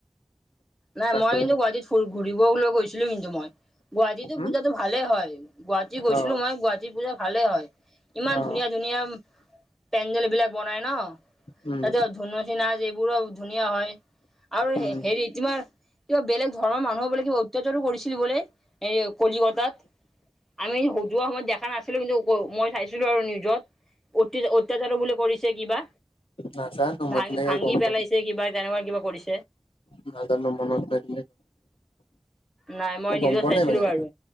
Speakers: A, in the centre; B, on the left.
A: নাই
B: তাকে
A: মই কিন্তু গুৱাহাটীত ফু- ঘুৰিবলৈ গৈছিলো কিন্তু মই। গুৱাহাটীতো
B: উম
A: পূজাটো ভালে হয়, গুৱাহাটী গৈছিলো
B: অ
A: মই গুৱাহাটীৰ পূজা ভালেই হয়। ইমান
B: অ
A: ধুনীয়া ধুনীয়া পেন্দেল বিলাক। বনাই ন?
B: উম
A: তাত ধুনমুচি নাচ এইবোৰো ধুনীয়া হয়, আৰু
B: উম
A: হেৰিত তোমাৰ কিবা বেলেগ ধৰ্মৰ মানুহ বোলে কিবা অত্যাচাৰো কৰিছিল বোলে। এই কলিকতাত। আমি সজোৱা সময়ত দেখা নাছিলোঁ কিন্তু, ওক মই চাইছিলো আৰু নিউজত। অতিজ অত্যাচাৰঝ বোলে কৰিছে কিবা।
B: নাজানো মই
A: ভাঙি
B: তেনেকে
A: ভাঙি
B: গম
A: পেলাইছে
B: পোৱা নাই,
A: কিবা তেনেকুৱা কিবা কৰিছে।
B: নাজানো মনত <unintelligible>
A: নাই মই
B: গম
A: নিউজত
B: পোৱা
A: চাইছিলো
B: নাই মানে
A: বাৰু।